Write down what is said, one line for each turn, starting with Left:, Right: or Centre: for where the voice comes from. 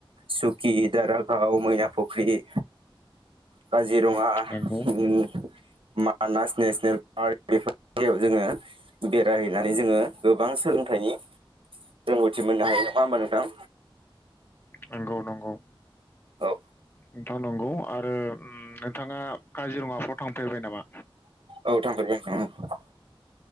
Right: सुकि, दारागाव, मैना फुख्रि, काजिरङा,
Left: नंगौ
Right: उम मानास नेसनेल पार्क बेफोरबायदियाव जोङो बेरायहैनानै जोङो गोबां सोलोंथाइनि रोंगौथि मोननो हायो नङा होमबा नोंथां?
Left: नोंगौ नंगौ।
Right: औ।
Left: नोंथां नंगौ आरो उम नोंथाङा काजिरङाफ्राव थां फेरबाय नामा?
Right: औ थांफेरबाय आंखो उम।